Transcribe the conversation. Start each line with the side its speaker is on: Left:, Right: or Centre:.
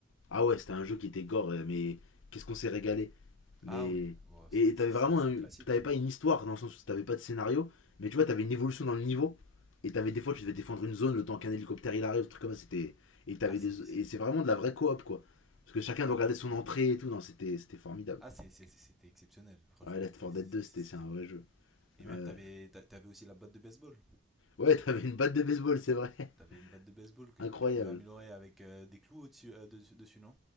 Left: Ah ouais, c'était un jeu qui était gore, euh, mais qu'est-ce qu'on s'est régalé. Mais.
Centre: Ah oui, Wow, c'est
Left: Et t'avais
Centre: c'est- c'est
Left: vraiment.
Centre: un, c'est
Left: un-
Centre: un classique.
Left: T'avais pas une histoire dans le sens où t'avais pas de scénario, mais tu vois, t'avais une évolution dans le niveau. Et t'avais des fois, tu devais défendre une zone le temps qu'un hélicoptère il arrive, truc comme ça. C'était. Et t'avais
Centre: Ah, c'est.
Left: des.
Centre: c'est-
Left: Et c'est vraiment de la vraie coop quoi. Parce que chacun
Centre: Ouais,
Left: doit
Centre: pour,
Left: garder son entrée et tout. Non, c'était c'était formidable.
Centre: Ah, c'est- c'est- c'était exceptionnel. Franchement,
Left: Ouais, Left
Centre: c'était
Left: 4
Centre: c'est-
Left: Dead 2, c'était
Centre: c'était
Left: c'est un
Centre: vrai.
Left: vrai jeu.
Centre: Et même,
Left: Ouais,
Centre: t'avais t'a- t'avais aussi la batte de baseball.
Left: ouais <laughs> t'avais une batte de baseball, c'est vrai.
Centre: T'avais une batte de baseball
Left: <laughs>
Centre: que
Left: Incroyable.
Centre: tu pouvais améliorer avec euh, des clous au-dessus, euh, de- dessus, non